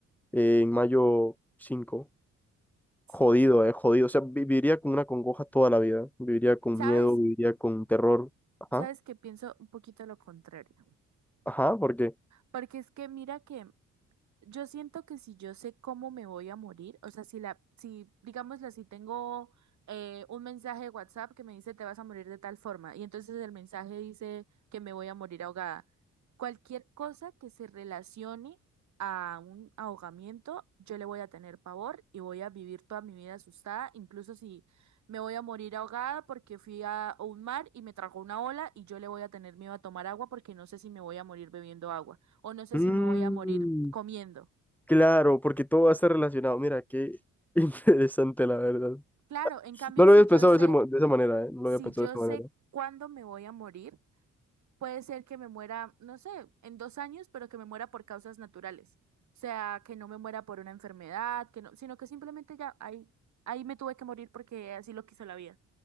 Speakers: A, in the centre; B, on the right.
A: eh, en mayo cinco
B: sí.
A: Jodido, eh, jodido. O sea, vi- viviría con una congoja toda la vida. Viviría con
B: ¿Sabes?
A: miedo, viviría con terror. Ajá,
B: ¿Sabes que pienso un poquito lo contrario?
A: ajá, porque.
B: Porque es que mira que Yo siento que si yo sé cómo me voy a morir, o sea, si la, si, digámoslo, si tengo eh, un mensaje de WhatsApp que me dice te vas a morir de tal forma, y entonces el mensaje dice que me voy a morir ahogada. Cualquier cosa que se relacione a un ahogamiento, yo le voy a tener pavor y voy a vivir toda mi vida asustada, incluso si me voy a morir ahogada porque fui a un mar y me tragó una ola y yo le voy a tener miedo a tomar agua porque no sé si me voy a morir bebiendo agua o no sé
A: Mm,
B: si me voy a morir comiendo.
A: claro, porque todo va a estar relacionado. Mira, qué <laughs> interesante, la verdad.
B: Claro, en cambio,
A: No
B: si
A: lo habías
B: yo
A: pensado
B: sé,
A: de, ese mo- de esa manera, ¿eh? No
B: si
A: lo había pensado
B: yo
A: de esa
B: sé
A: manera.
B: cuándo me voy a morir, puede ser que me muera, no sé, en dos años, pero que me muera por causas naturales. O sea, que no me muera por una enfermedad, que no, sino que simplemente ya ahí, ahí me tuve que morir porque así lo quiso la vida.